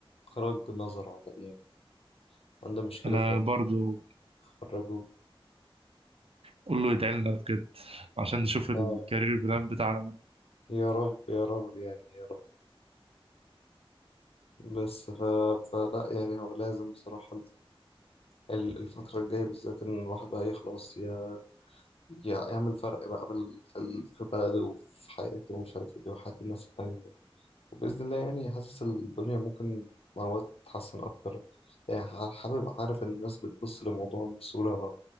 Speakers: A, on the left; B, on the right.
A: خرج نظر عملي عنده مشكلة
B: أنا
A: في عيشه
B: برضو
A: خرجوه
B: كله يدعي لنا بجد عشان نشوف الكارير
A: اه
B: بلان بتاعنا ده
A: يا رب يا رب يعني يا رب بس ف... فلا يعني هو لازم بصراحة ال- الفترة الجاية بالذات إن الواحد بقى يخلص ي... ي- يعمل فرق بقى في ال- في ال- في بلده وفي حياته ومش عارف إيه وحياة الناس التانية وبإذن الله يعني حاسس الدنيا ممكن مع الوقت تتحسن أكتر يعني ح- حابب أعرف إن الناس بتبص للموضوع بصورة